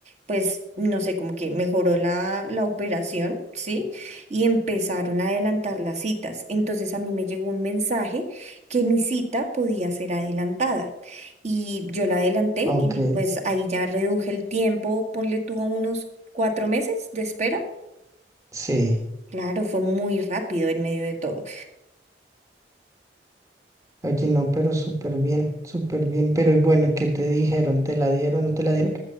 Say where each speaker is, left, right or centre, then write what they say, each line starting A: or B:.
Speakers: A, on the right (about 40°); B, on the right (about 20°).
A: pues, no sé, como que mejoró la, la operación, ¿sí? Y empezaron a adelantar las citas. Entonces a mí me llegó un mensaje que mi cita podía ser adelantada. Y yo la adelanté
B: Ok,
A: y pues ahí ya reduje el tiempo, ponle tú a unos cuatro meses de espera
B: sí.
A: Claro, fue muy rápido en medio de todo.
B: Oye, no, pero súper bien, súper bien. Pero y bueno, ¿y ¿qué te dijeron? ¿Te la dieron, no te la dieron?